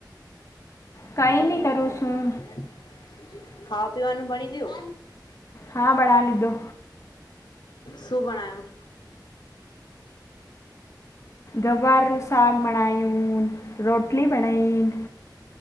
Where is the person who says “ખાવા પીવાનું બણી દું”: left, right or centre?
Left